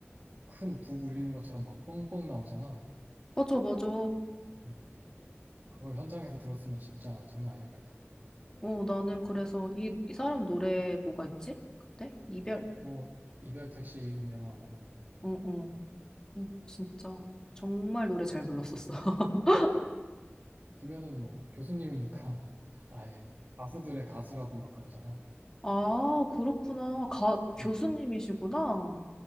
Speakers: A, on the right; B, on the left.
A: 큰 북 울리는 것처럼 막 뻥뻥 나오잖아.
B: 맞아, 맞아.
A: 음. 그거 현장에서 들었으면 진짜 장난 아니었겠다.
B: 어, 나는 그래서 이, 이 사람 노래 뭐가 있지? 그때? 이별?
A: 뭐 이별 택시 유명하고
B: 어, 어. 그 진짜 정말 노래 잘 불렀었어. <laughs>
A: 김현우는 뭐 교수님이니까 <laughs> 아예 뭐 가수들의 가수라고 막 그러잖아.
B: 아, 그렇구나. 가, 교수님이시구나.
A: 음.